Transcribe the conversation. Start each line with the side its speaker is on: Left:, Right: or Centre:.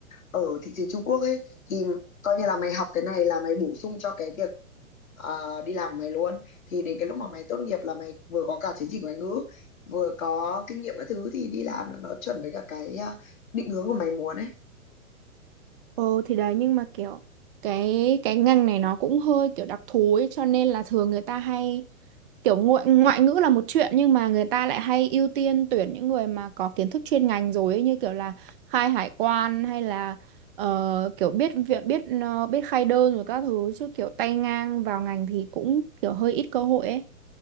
Left: ở thị trường Trung Quốc ấy thì coi như là mày học cái này là mày bổ sung cho cái việc ờ, đi làm của mày luôn thì đến cái lúc mà mày tốt nghiệp là mày vừa có cả chứng chỉ ngoại ngữ vừa có kinh nghiệm các thứ thì đi làm là nó chuẩn với cả cái ờ, định hướng của mày muốn ấy
Right: Ừ thì đấy nhưng mà kiểu cái cái ngành này nó cũng hơi kiểu đặc thù ấy cho nên là thường người ta hay kiểu ngoại, ngoại ngữ là một chuyện nhưng mà người ta lại hay ưu tiên tuyển những người mà có kiến thức chuyên ngành rồi ấy, như kiểu là khai hải quan hay là ờ, kiểu biết việc biết ờ, biết khai đơn rồi các thứ chứ kiểu tay ngang vào ngành thì cũng kiểu hơi ít cơ hội ấy.